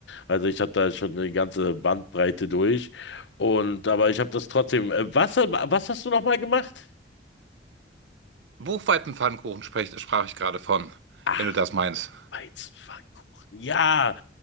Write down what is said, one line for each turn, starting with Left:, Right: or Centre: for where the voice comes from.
Left: Also ich habe da schon eine ganze Bandbreite durch. Und aber ich habe das trotzdem. Äh, was, was hast du nochmal gemacht?
Right: Buchweizenpfannkuchen sprech, sprach ich gerade von,
Left: Ach,
Right: wenn du das meinst.
Left: Weizenpfannkuchen. Ja,